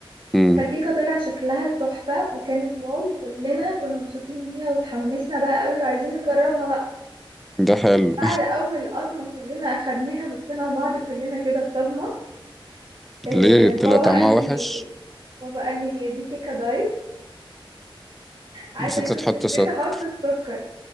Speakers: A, in the centre; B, on the right.
A: مم.
B: فالكيكة طلع شكلها تحفة وكانت واو وكلنا كنا مبسوطين بيها وتحمسنا بقى قوي وعايزين نجربها بقى
A: ده حلو
B: بعد أول قطمة كلنا أخدناها بصينا لبعض كلنا كده بصدمة
A: <laughs>
B: إيه
A: ليه طلع
B: بابا
A: طعمها
B: قال لي
A: وحش
B: بابا قال لي هي دي كيكة دايت عشان
A: نسيت
B: كنت
A: تحط
B: نسيت
A: سكر
B: أحط السكر